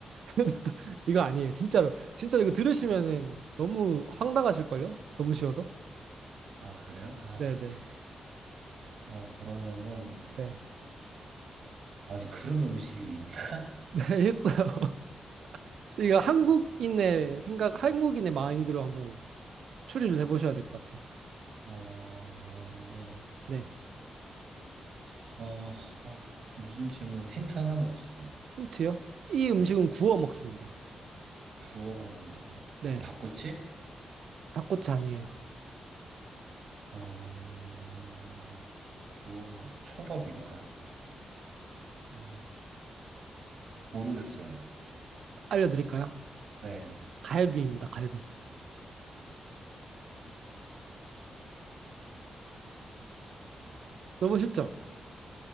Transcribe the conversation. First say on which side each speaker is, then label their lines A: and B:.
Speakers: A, on the right; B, on the right.
A: <laughs> 이거 아니에요. 진짜로. 진짜로 이거 들으시면은 너무 황당하실걸요? 너무 쉬워서.
B: 아, 그래요? 아,
A: 네네.
B: 뭐지? 어, 그러면은,
A: 네.
B: 아니, 그런 음식이 있나?
A: <laughs> 네, 했어요. <laughs> 이거 한국인의 생각, 한국인의 마인드로 한번 추리를 해보셔야 될 것 같아요.
B: 어, 그러면은,
A: 네.
B: 어, 아, 무슨 질문, 힌트 하나만 주세요.
A: 힌트요? 이 음식은
B: 네.
A: 구워 먹습니다.
B: 구워 먹는다고요?
A: 네.
B: 닭꼬치?
A: 닭꼬치 아니에요.
B: 음, 구워 먹, 초밥 이런, 아, 아, 모르겠어요.
A: 알려드릴까요?
B: 네.
A: 갈비입니다. 갈비. 너무 쉽죠?